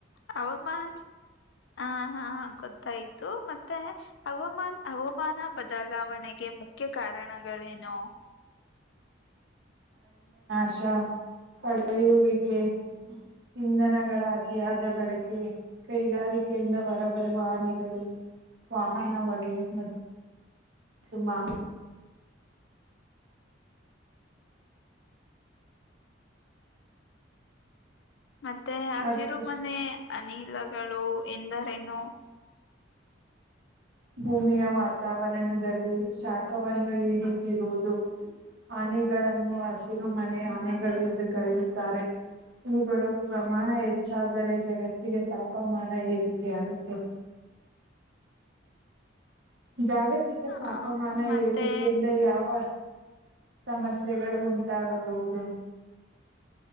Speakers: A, on the left; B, on the right.
A: ಹವಾಮಾನ್ ಹ ಹಾ ಗೊತ್ತಾಯ್ತು ಮತ್ತೆ ಹವಾಮಾನ್ ಹವಾಮಾನ ಬದಲಾವಣೆಗೆ ಮುಖ್ಯ ಕಾರಣಗಳೇನು
B: ಅ <unintelligible> ಪಳೂ ಬಕ್ಕೆ <unintelligible> ಇಂಧನಗಳ ಅತಿಯಾದ ಬಳಕೆ ಕೈಗಾರಿಕೆಯಿಂದ ಹೊರಬರುವ ಹಾನಿಗಳು ವಾಹನ ಹೋಗೇ ಮತ್ತು ಮಾಲಿ
A: ಮತ್ತೆ ಹಸಿರುಮನೆ
B: ಮತ್ತು
A: ಅನಿಲಗಳು ಎಂದರೇನು <unintelligible>
B: ಭೂಮಿಯ ವಾತಾವರಣದಲ್ಲಿ ಶಾಖವನ್ನು ಹಡಿದಿರುವುದು ಆನೆಗಳನ್ನು ಹಸಿರು ಮನೆ ಆನೆಗಳು ಎಂದು ಕರೆಯುತ್ತಾರೆ ಇವುಗಳು ಪ್ರಮಾಣ ಹೆಚ್ಚಾದರೆ ಜಗತ್ತಿಗೆ ತಾಪಮಾನ ಏರಿ ಕೆ ಆಗುತ್ತ ಜಾಗತಿಕ
A: ಆ
B: ತಾಪಮಾನ
A: ಮತ್ತೆ
B: ಏರಿಕೆಯಿಂದ ಯಾವ ಸಮಸ್ಯೆಗಳು ಉಂಟಾಗಬಹುದು